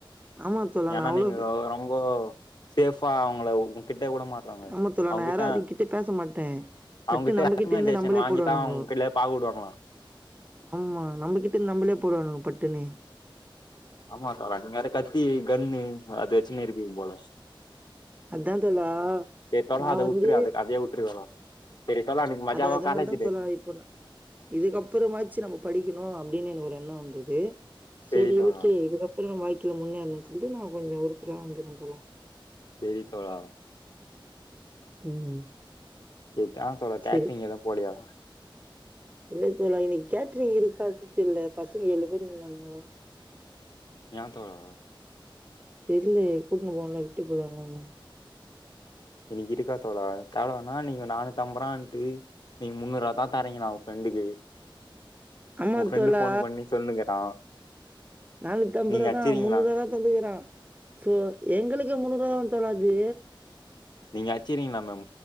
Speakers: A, on the right; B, on the left.
A: ஆமா தோழா
B: ஏனா
A: நான் அவ்வளோ
B: நீங்க ரொம்ப சேஃபா அவங்கள உங் கிட்ட கிட்டே வுடமாட்றாங்க
A: ஆமா தோழா
B: அவங்கிட்ட
A: நான் யாரும் அதுகிட்ட பேச மாட்டேன்.
B: அவங்கிட்ட
A: பட்டு நம்ம
B: ரெக்மெண்டேஷன்
A: கிட்ட இருந்து நம்மளே
B: வாங்கி
A: போடுவானுங்கோ.
B: தா அவங்க <unintelligible> கிட்டயே பாக் உடுவாங்க
A: ஆமா நம்மகிட்ட நம்பளே போடுவானுங்க பட்டுனு
B: ஆமா தோழா நீங்க வேற கத்தி கன்னு அத வச்சுன்னு இருப்பீங்க போல
A: அதா தோழா
B: சரி தோழா
A: நா
B: அத
A: வந்து
B: உட்ரு அத அதயே உட்ரு தோழா சரி தோழா இன்னைக்கு மஜாவா
A: அத அதனால
B: காலேஜ்
A: தா
B: டே
A: தோழா இப்ப நா இதுக்கப்பறமாச்சு நம்ம படிக்கணு அப்ப அப்டினு எனக்கு ஒரு எண்ணோ வந்துது செரி
B: சரி தோழா
A: ஓகே இதுக்கப்றோ வாழ்க்கைல முன்னேறணு <unintelligible> நா கொஞ்சோ <unintelligible> வந்துறே தோழா
B: செரி தோழா
A: ம்
B: இதா தோழா
A: சரி.
B: <unintelligible> எது போலயா
A: இல்ல தோழா இன்னைக்கு கேட்ரிங் இருக்காது தெர்ல்ல பசங்க ஏழு பேரு இருந்தானுங்கோ
B: ஏ தோழா
A: தெர்லயே கூட்டுன் போல விட்டு <unintelligible>
B: இன்னைக்கு இருக்கா தோழா <unintelligible> நீங்க நானு <unintelligible> நீங்க முன்னூரா தா தரீங்லா உங் ஃப்ரெண்டுக்கு
A: ஆமா
B: உங்க ஃப்ரெண்டு
A: தோழா
B: ஃபோன் பண்ணி சொல்லுங்கறா
A: நானூத்தம்பரா
B: நீங்க அச்சிறீங்களா
A: தா முன்னூர்வா தந்துக்குறா சோ எங்ளுக்கு முன்னூர்வா தா தோழா அது
B: நீங்க அச்சிக்கிறீங்ளாமே